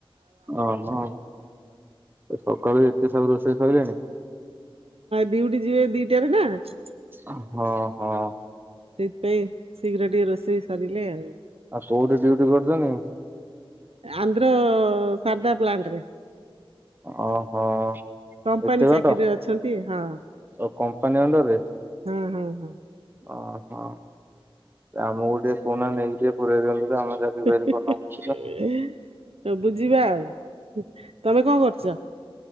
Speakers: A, on the right; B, on the right.
A: ଅ ହ ତ ସକାଳୁ ଏତେ ସବୁ ରୋଷେଇ ସଇଲାଣି ।
B: ଦିଉଟିି ଯିବେ ଦିଟାରେ ନା ।
A: ଅ ହ ହ ।
B: ଏ ଶୀଘ୍ର ଟିକେ ରୋଷେଇ ସରିଲେ ଆଉ ।
A: ଆଉ କୋଉଠି ଡିଉଟି କରୁଛନ୍ତି?
B: ଆନ୍ଧ୍ର ସାରଦା ପ୍ଲାଣ୍ଟରେ ।
A: ଓହୋ
B: କମ୍ପାନୀ
A: ଏତେ ବାଟ
B: ଚାକିରିରେ ଅଛନ୍ତି ହଁ।
A: ଓ କମ୍ପାନୀ ଅଣ୍ଡରରେ ।
B: ହୁଁ ହୁଁ ।
A: ଓହୋ ଆମକୁ ଟିକେ କହୁନା ନେଇକି ଟିକେ ପୁରେଇ ଦିଅନ୍ତୁ। ତ ଆମେ ଚାକିରି
B: ହିଁ
A: ବାକିରି କରୁନା
B: ହିଁ
A: ବୁଲୁଛୁ।
B: ହିଁ ହେ ବୁଝିବା ଆଉ । ତମେ କଣ କରୁଛ?